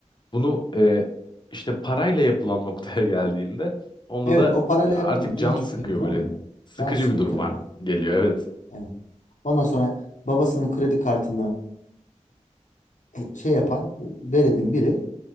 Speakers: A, on the left; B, on the left.
A: Bunu e, işte parayla yapılan noktaya geldiğinde onda
B: Evet
A: da
B: o parayla
A: e, artık
B: yapılınca
A: can
B: hiçbir
A: sıkıyor
B: kıymeti
A: böyle.
B: olmuyor.
A: Sıkıcı
B: Can sıkıyor
A: bir duruma
B: tabii yani.
A: geliyor. Evet.
B: Evet. Ondan sonra babasının kredi kartını şey yapan veledin biri